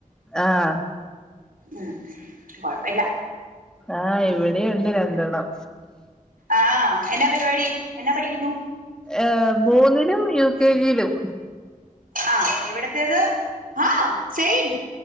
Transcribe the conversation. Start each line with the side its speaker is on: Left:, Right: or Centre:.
Centre: ആഹ്
Right: ഉം കൊഴപ്പവില്ല
Centre: ആഹ് ഇവിടെയുണ്ട് രണ്ടെണ്ണം..
Right: ആഹ് എന്നാ പരിപാടി എന്നാ പഠിക്കുന്നു
Centre: ഏഹ് മൂന്നിലും യു കെ ജിയിലും
Right: ആഹ് ഇവിടുത്തേത് ആഹ് സെയിം